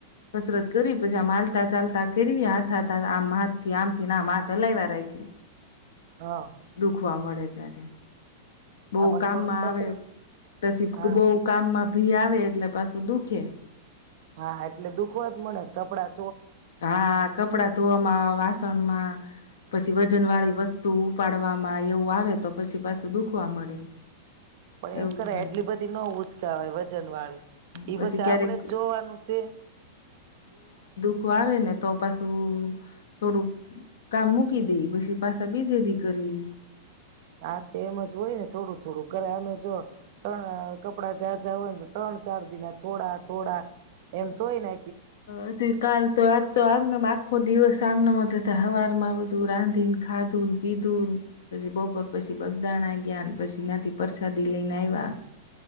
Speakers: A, on the left (about 75°); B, on the right (about 60°).
A: કસરત કર પછી માલતા ચાલતા કરવી હાથ હાથા આમ થી આમ થી ના આ ત હલાઈ વાર આવી ગય.
B: હા
A: દુખવા મળે. <unintelligible> બો
B: આ પણ
A: કામમાં
B: થોડુંક
A: આવે
B: તતરે
A: પછી
B: હા
A: બહુ કામમાં ભી આવે એટલે પાછું દુખે.
B: હા એટલે દુખવા જ મળે કપડા
A: હા કપડા ધોવામાં વાસ <unintelligible> પછી વજન વાળી વસ્તુ ઉપાડવામાં એવું આવે તો પછી પાછું દુખવા મળે.
B: પણ
A: એવું
B: એમ કર
A: થાય
B: એટલી બધી ન ઉંચકા હોય વજન વાળી એઈ
A: પછી
B: બછ
A: ક્યારેક
B: આપડે જોવાનું છે.
A: આખું આવે ને તો પાછું થોડુંક કામ મૂકી દે પછી પાછા બીજેદી કરીયે.
B: હા તો એમ જ હોય ને થોડું થોડું કર અમે જો ત્રણ કપડા જાા -જાાં હોય ને તો ત્રણ ચાર દિના થોડા- થોડા એમ તો હોય ને
A: અ ત કાલ તો આજ તો આમના આખો દિવસ આમના મ <unintelligible> હવાર માં બધું રાંધી ને ખાધું ને પીધું ને પછી બપોર પછી બગદાણ આ ગયા પછી ના્યાથી પરસાદી લઈને આવ્યા